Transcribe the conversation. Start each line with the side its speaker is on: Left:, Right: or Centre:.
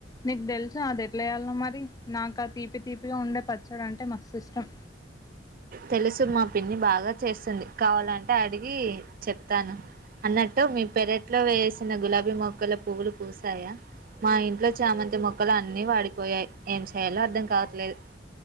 Left: నీకు తెలుస అది ఎట్లాచేయళ, మరి నాకు ఆ తీపి తీపిగా ఉండే పచ్చడు అంటే మస్తు ఇష్టం.
Right: తెలుసు మా పిన్ని బాగా చేస్తుంది. కావాలంటే అడిగి చెప్తాను అన్నట్టు. మీ పెరట్లో వేసిన గులాబీ మొక్కలు పువ్వులు పూసాయా, మా ఇంట్లో చామంతి మొక్కలు అన్నీ వాడిపోయాయి. ఏం చేయాలో అర్థం కావట్లేదు.